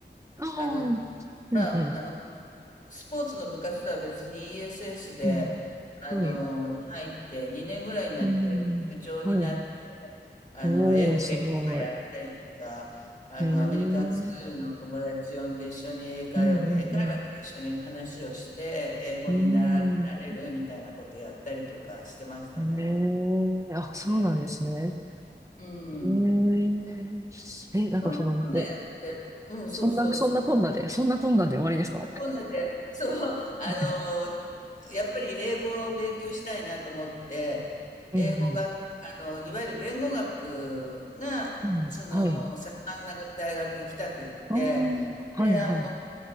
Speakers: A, on the right; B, on the left.
A: ああ、
B: あの、
A: うんうん。
B: まあ、あの、スポーツの部活とは別に ESS で、
A: うん。
B: あの、
A: はい。
B: に入って、2年ぐらいになって部長になって、
A: うん。はい。
B: あの、
A: おー、
B: 英語劇とかやったりとか、
A: すごい。
B: あの、
A: へえ。う
B: アメリカンスクールの友達呼んで一緒に英会話、
A: んうんうん。
B: 英会話とか一緒に話をして、英語になら、
A: うん。
B: なれるみたいなことやったりとかしてましたね。
A: へえ。あ、そうなんですね。
B: ええうん。
A: えー、え、なんかその、
B: そんなこんなやって、
A: え、
B: うん、そうそうそう。
A: そんな、そんなこんなで、そんなこんなで終わりですか <laughs> は
B: こんなで、そう、あの、
A: い
B: やっぱり英語を勉強したいなと思って、英語が、
A: うんうん。
B: あの、いわゆる言語学が、
A: うんはい。
B: その、盛んな大学行きたくって、
A: ああ、
B: で、
A: はいはい。
B: あの、